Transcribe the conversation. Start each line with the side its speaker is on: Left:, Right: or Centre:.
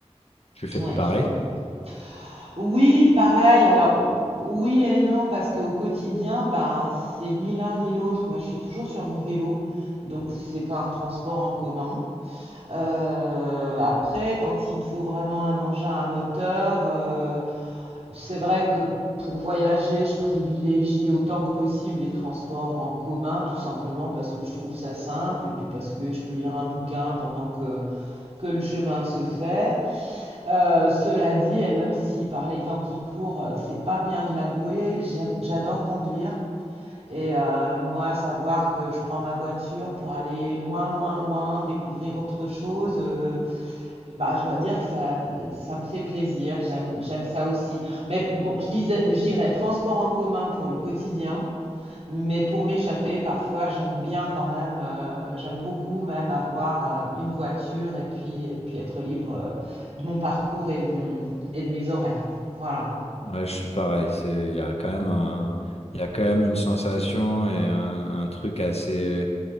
Left: Tu fais
Right: Oui,
Left: pareil?
Right: je comprends. Oui, pareil. Alors, oui et non, parce qu'au quotidien, ben, c'est ni l'un ni l'autre. Moi, je suis toujours sur mon vélo, donc c'est pas un transport en commun. Euh, après, quand il me faut vraiment un engin à moteur, euh, C'est vrai que pour voyager, je privilégie autant que possible les transports en commun, tout simplement parce que je trouve ça simple et puis parce que je peux lire un bouquin pendant que, que le chemin se fait. Euh, cela dit, et même si par les temps qui courent, euh, c'est pas bien de l'avouer, j'aime- j'adore conduire. Et euh, moi, savoir que je prends ma voiture pour aller loin, loin, loin, découvrir autre chose, euh, bah, je dois dire que ça, ça me fait plaisir, j'aime, j'aime ça aussi. Mais bon, je disais, je dirais transport en commun pour le quotidien, mais pour m'échapper, parfois, j'aime bien quand même, euh, j'aime beaucoup même avoir euh, une voiture et puis, et puis être libre euh, de mon parcours et de mon, et de mes horaires. Voilà.
Left: Ouais, je suis pareil. C'est, il y a quand même un, il y a quand même une sensation et un, un truc assez,